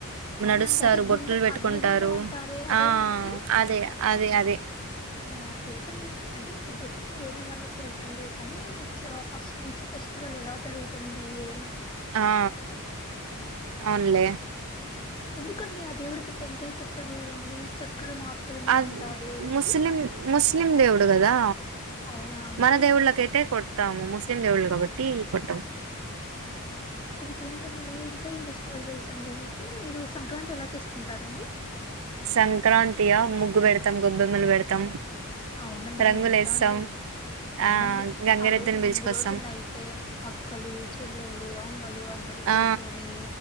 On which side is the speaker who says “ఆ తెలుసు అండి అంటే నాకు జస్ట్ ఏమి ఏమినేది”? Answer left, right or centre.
Left